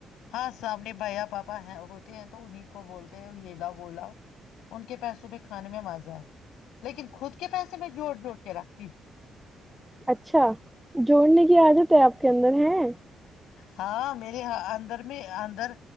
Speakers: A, on the left (about 85°); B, in the centre.
A: ہاں سامنے بھیا پاپا ہوتے ہیں تو انیں کو بولتے ہیں یہ لاؤ وہ لاؤ ان کے پیسوں بھی کھانے میں مزہ آئے لیکن خود کے پیسے میں جوڑ جوڑ کے رکھ ت <unintelligible>
B: اچھا جوڑنے کی عادت ہے آپ کے اندر ہیں <unintelligible>
A: ہاں میرے اندر میں اندر